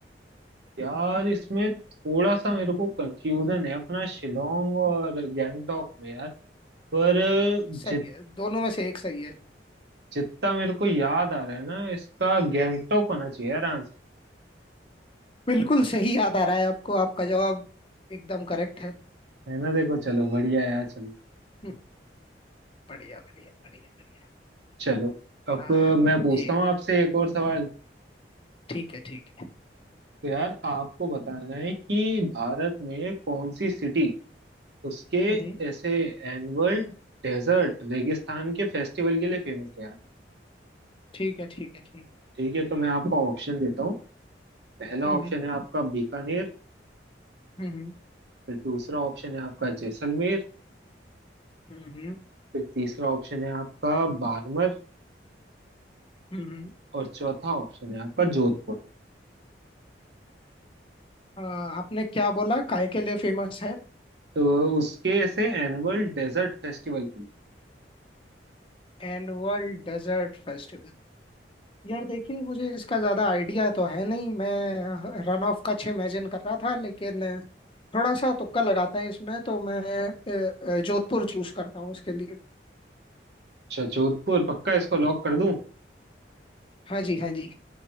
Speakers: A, on the right; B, on the left.
A: यार इसमें थोड़ा सा मेरे को कंफ्यूजन है अपना शिलोंग और गैंगटॉक में यार पर
B: हाँ सही
A: जित
B: है दोनों में से एक सही है
A: जितना मेरे को याद आ रहा है ना इसका गैंगटॉक होना चाहिए यार आंसर
B: बिल्कुल सही याद आ रहा है आपको आपका जवाब एकदम करेक्ट है
A: है ना देखो चलो बढ़िया यार चलो
B: हम्म, बढ़िया बढ़िया बढ़िया बढ़िया
A: चलो अब
B: हाँ,
A: मैं पूछता
B: ये
A: हूँ आपसे एक और सवाल
B: ठीक है ठीक है
A: तो यार आपको बताना है कि भारत में कौन सी सिटी उसके
B: हम्म हम्म,
A: ऐसे एनुअल डेजर्ट रेगिस्तान के फेस्टिवल के लिए फेमस है यार
B: ठीक है ठीक है ठीक
A: ठीक है तो मैं आपको ऑप्शन देता हूँ पहला
B: हम्म
A: ऑप्शन है आपका बीकानेर
B: हम्म हम्म
A: फिर दूसरा ऑप्शन है आपका जैसलमेर
B: हम्म
A: फिर तीसरा ऑप्शन है आपका बाड़मेर
B: हम्म हम्म।
A: और चौथा ऑप्शन है आपका जोधपुर
B: आ, आपने क्या बोला काय के लिए फेमस है
A: तो उसके ऐसे एनुअल डेजर्ट फेस्टिवल के लिए
B: Annual desert festival यार देखिए मुझे इसका ज्यादा आइडिया तो है नहीं मैं रन ऑफ का छह इमेजिन कर रहा था लेकिन थोड़ा सा तुक्का लगाता है इसमें तो मैं अ, अ, जोधपुर चूज करता हूँ इसके लिए
A: अच्छा जोधपुर पक्का इसको लॉक कर दूं
B: हाँ जी हाँ जी